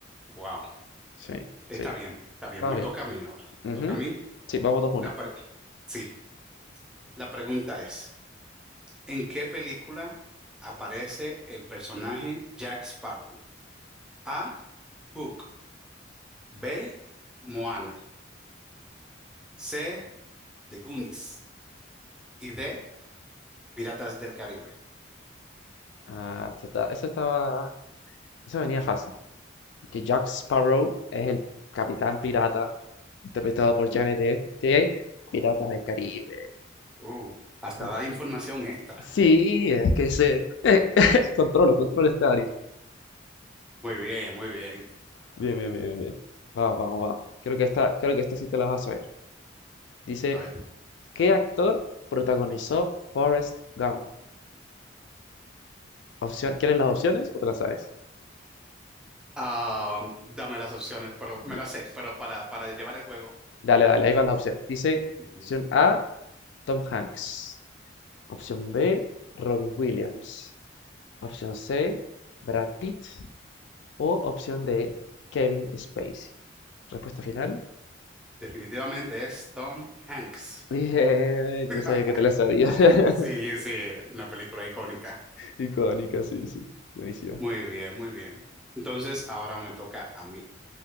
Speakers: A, in the centre; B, on the left.
A: <laughs> wow.
B: Sí, sí.
A: Está bien, está bien,
B: Estaba
A: me
B: bien.
A: toca a mí ahora.
B: Ujú.
A: Me toca a mí.
B: Sí, vamos dos uno.
A: La pre- sí, la pregunta es, ¿en qué película aparece el personaje Jack Sparrow? A, Hook, B, Moana, C, The Goonies y D, Piratas del Caribe.
B: Ah, esta está- esta estaba. Eso venía fácil. Que Jack Sparrow es el capitán pirata, interpretado por Johnny Depp, de Piratas del Caribe.
A: Uh, hasta
B: Ok.
A: da información extra.
B: Sí, es que se... <laughs> controlo, controlo esta área.
A: Muy bien, muy bien.
B: Bien, bien, bien, bien, bien. Vamos, vamos, vamos. Creo que esta, creo que esta sí te la vas a saber. Dice,
A: A ver,
B: ¿qué actor protagonizó Forrest Gump? Opción, ¿quieres las opciones o te las sabes?
A: ah, dame las opciones, pero me
B: Ya.
A: las sé, pero para, para llevar el juego,
B: Dale, dale, ahí van las opciones. Dice,
A: ujú,
B: opción A, Tom Hanks. Opción B, Robin Williams. Opción C, Brad Pitt. O opción D, Kevin Spacey. Respuesta final.
A: definitivamente es Tom Hanks.
B: <laughs> Bien,
A: <laughs>
B: yo sabía que te la sabías. <laughs>
A: Sí, sí, la película icónica.
B: Icónica, sí, sí. Buenísima.
A: Muy bien, muy bien. Entonces, ahora me toca a mí.